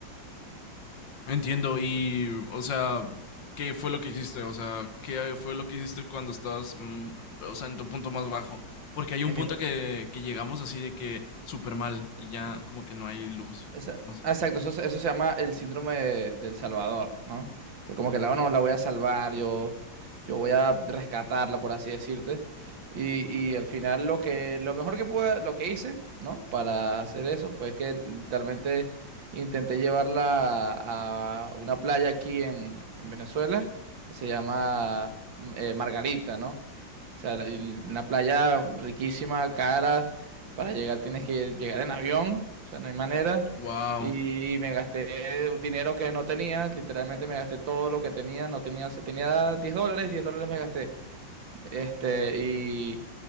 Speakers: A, on the left (about 75°); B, on the right (about 85°).
A: entiendo, y, o sea, ¿qué fue lo que hiciste? O sea, ¿qué fue lo que hiciste cuando estabas, mm, o sea, en tu punto más bajo? Porque hay un
B: En
A: punto
B: mi
A: que, que llegamos así de que súper mal y ya como que no hay luz,
B: Esa-
A: o no sé.
B: ah, Exacto, eso, se eso se llama el síndrome de- del Salvador, ¿no? Que como que la, "Oh, no, la voy a salvar, yo, yo voy a rescatarla, por así decirte. Y, y al final lo que, lo mejor que pude, lo que hice, ¿no? Para hacer eso fue que literalmente intenté llevarla a, a una playa aquí en, en Venezuela, que se llama mm, eh, Margarita, ¿no? O sea, la- y una playa riquísima, cara. Para llegar tienes que llegar en avión. O sea, no hay manera.
A: Wow.
B: Y me gasté dinero que no tenía. Literalmente me gasté todo lo que tenía. No tenía, se tenía 10 dólares. diez dólares me gasté. Este, y